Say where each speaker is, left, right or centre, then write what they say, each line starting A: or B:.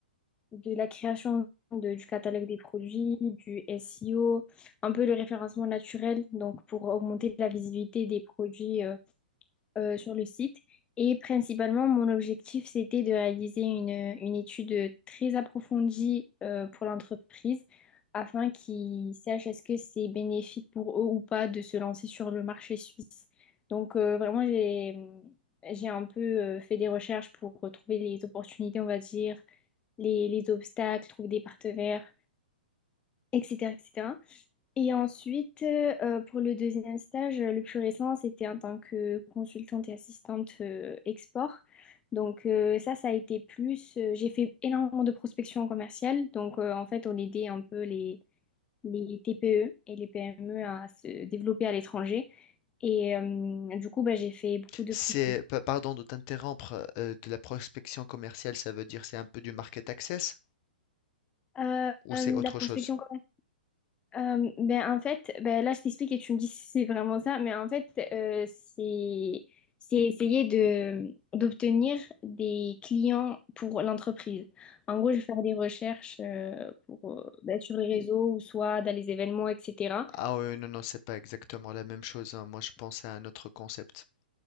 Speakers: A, on the left; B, on the left.
A: de la création de- du catalogue des produits, du SEO, un peu le référencement naturel, donc pour augmenter la visibilité des produits. euh, euh, sur le site. Et principalement, mon objectif, c'était de réaliser une, une étude très approfondie euh, pour l'entreprise afin qu'ils sachent est-ce que c'est bénéfique pour eux ou pas de se lancer sur le marché suisse. Donc, euh, vraiment, j'ai, j'ai un peu euh, fait des recherches pour retrouver les opportunités, on va dire, les, les obstacles, trouver des partenaires, etc., etc. Et ensuite, euh, pour le deuxième stage, euh, le plus récent, c'était en tant que consultante et assistante euh, export. Donc euh, ça, ça a été plus... euh, j'ai fait énormément de prospection commerciale. Donc euh, en fait, on aidait un peu les, les TPE et les PME à se développer à l'étranger. Et euh, du coup, bah, j'ai fait beaucoup de
B: C'est,
A: prospection.
B: pa- pardon de t'interrompre, euh, de la prospection commerciale, ça veut dire c'est un peu du market access
A: Euh,
B: ou
A: euh,
B: c'est autre
A: de la prospection
B: chose?
A: commerciale. Euh, ben en fait, ben là je t'explique et tu me dis si c'est vraiment ça, mais en fait euh, c'est c'est essayer de d'obtenir des clients pour l'entreprise. En gros, je vais faire des recherches euh, pour, euh, ben, sur les réseaux ou soit dans les événements, etc.
B: Ah oui, non, non, c'est pas exactement la même chose, hein. Moi, je pensais à un autre concept.